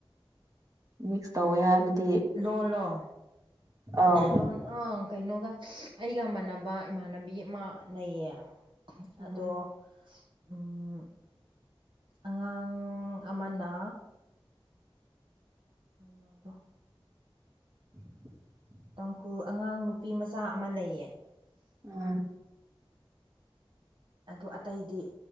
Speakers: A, on the right; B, on the right.
A: ꯃꯤꯛꯁ ꯇꯧꯋꯦ ꯍꯥꯏꯕꯗꯤ
B: ꯂꯣꯟꯜꯂꯣ
A: ꯑꯥꯎ
B: ꯂꯣꯟ ꯑ ꯀꯩꯅꯣꯒ ꯑꯩꯒ ꯃꯥꯟꯅꯕ ꯏꯃꯥꯟꯅꯕꯤ ꯑꯃ ꯂꯩꯌꯦ
A: ꯎꯝ
B: ꯑꯗꯣ ꯎꯝ ꯑꯉꯥꯡ ꯑꯃꯅ <unintelligible>
A: <inaudible>
B: ꯇꯥꯡꯈꯨꯜ ꯑꯉꯥꯡ ꯅꯨꯄꯤ ꯃꯆꯥ ꯑꯃ ꯂꯩꯌꯦ
A: ꯎꯝ
B: ꯑꯗꯨ ꯑꯇꯩꯗꯤ